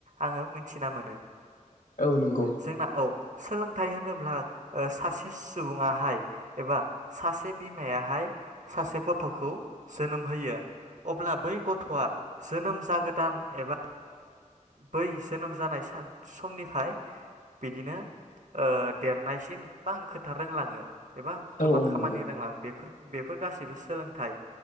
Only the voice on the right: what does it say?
आङो मिथिना मो नो।
जोंना औ सोलोंथाइ होनोब्ला सासे सुबुङाहाय एबा सासे बिमायाहाय सासे गथ'खौ जोनोम होयो अब्ला बै गथ'आ जोनोम जागोदान एबा बै जोनोम जानाय समनिफ्राय बिदिनो देरनायसिम गोबां खोथा रोंलाङो एबा गोबां
खामानि
रोंलाङो बेफोर बेफोर गासैबो सोलोंथाइ।